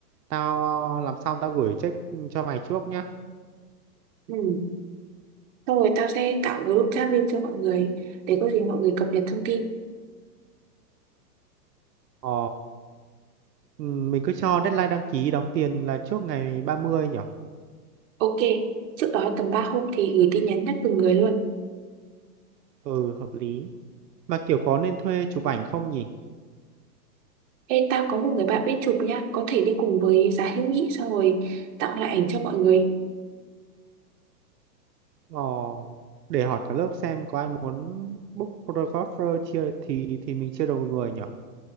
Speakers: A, on the right; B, on the right.
A: tao ờ, làm xong tao gửi check ừ, cho mày trước nhá
B: Ừ. Xong rồi tao sẽ tạo group chat riêng cho mọi người để có gì mọi người cập nhật thông tin.
A: ờ ừ, mình cứ cho deadline đăng ký đóng tiền là trước ngày 30 nhở
B: Ok, trước đó tầm 3 hôm thì gửi tin nhắn nhắc từng người luôn.
A: ừ hợp lý mà kiểu có nên thuê chụp ảnh không nhỉ
B: Ê, tao có một người bạn biết chụp nhá, có thể đi cùng với giá hữu nghị xong rồi tặng lại ảnh cho mọi người.
A: ờ để hỏi cả lớp xem có ai muốn book photographer chia thì thì mình chia đầu người nhở